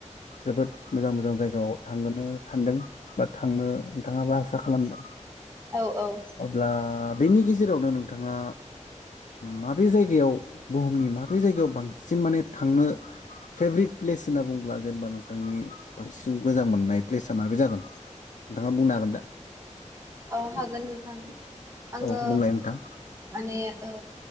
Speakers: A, on the left; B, on the right.
A: जोबोद मोजां मोजां जायगायाव थांगोनो सानदों बा थांनो नोंथाङाबो आसा खालामदों।
B: औ औ
A: अब्ला बेनि गेजेरावनो नोंथाङा माबे जायगायाव बुहुमनि माबे जायगायाव बांसिन माने थांनो फेभरिट प्लेस होनना बुंङोब्ला जेनेबा नोंथांनि बांसिन मोजां मोननाय प्लेस माबे जागोन नोंथाङा बुंनो हागोन दा?
B: अ हागोन नोंथां। आङो
A: औ बुंलाय नोंथां
B: माने ओ